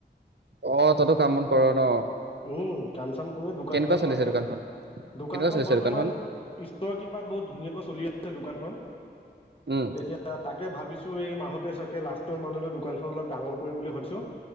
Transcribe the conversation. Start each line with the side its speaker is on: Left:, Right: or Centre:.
Right: অ, তইটো কাম-বন কৰ ন।
Left: উম কাম-চাম কৰে। দোকান
Right: কেনেকুৱা
Left: এখনো
Right: চলিছে
Left: আছে।
Right: দোকানখন
Left: দোকানখন
Right: কেনেকুৱা চলিছে
Left: বৰ্তমান
Right: দোকানখন
Left: ঈশ্বৰৰ কৃপাত বহুত ধুনীয়াকৈ চলি আছে, দোকানখন
Right: উম
Left: এতিয়া তাকে ভাবিছো এই মাহতে চাগে লাষ্ট মানলৈ দোকানখন অলপ ডাঙৰ কৰিম বুলি ভাবিছো।